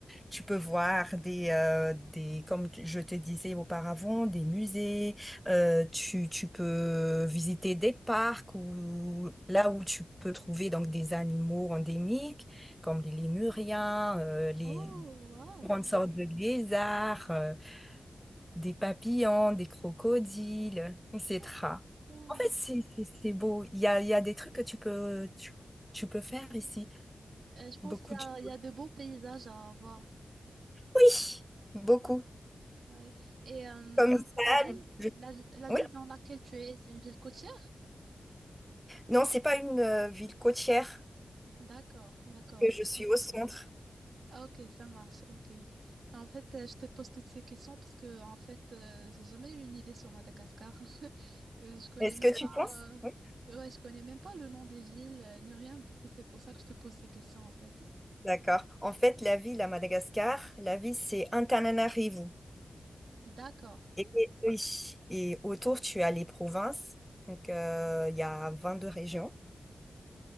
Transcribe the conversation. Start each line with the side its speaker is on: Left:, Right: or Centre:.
Centre: Tu peux voir des, euh, des, comme tu- je te disais auparavant, des musées. Euh, tu, tu peux visiter des parcs ou là où tu peux trouver donc des animaux endémiques, comme les lémuriens, euh, les
Right: Oh, wow.
Centre: grandes sortes de lézards, euh, des papillons, des crocodiles, etc.
Right: Ok, c'est bien,
Centre: En fait,
Right: ok.
Centre: c'est, c'est c'est beau. Il y a, il y a des trucs que tu peux, tu, tu peux faire ici.
Right: Euh, je pense
Centre: Beaucoup
Right: qu'il y
Centre: de
Right: a,
Centre: choses.
Right: il y a de beaux paysages à voir.
Centre: Oui, beaucoup.
Right: Ouais, ouais. Et euh,
Centre: Comme ça,
Right: la ville,
Centre: je-
Right: la, vi- la
Centre: oui.
Right: ville dans laquelle tu es, c'est une ville côtière?
Centre: Non, c'est pas une euh, ville côtière
Right: D'accord, d'accord.
Centre: que je suis
Right: Ok.
Centre: au centre.
Right: Ok, ça marche, ok. En fait, euh, je te pose toutes ces questions parce que, en fait, euh, j'ai jamais eu une idée sur Madagascar. <laughs> Euh, Je connais
Centre: Est-ce
Right: même
Centre: que
Right: pas,
Centre: tu penses? Oui.
Right: euh, ouais, je connais même pas le nom des villes, euh, ni rien. Du coup, c'est pour ça que je te pose ces questions, en fait.
Centre: D'accord. En fait, la ville à Madagascar, la ville, c'est Antananarivo.
Right: D'accord.
Centre: Et, et- oui. Et autour, tu as les provinces. Donc, euh, il y a 22 régions.